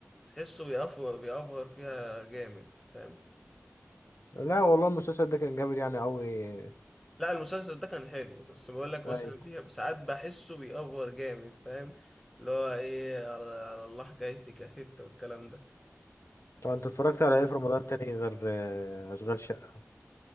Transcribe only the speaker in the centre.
تحسه بيأفور بيأفور فيها جامد فاهم
لا المسلسل ده كان حلو بس بقول لك
مثلا فيه ساعات بحسه بيأفور جامد فاهم اللي هو إيه على, على الله حكايتك يا ست والكلام ده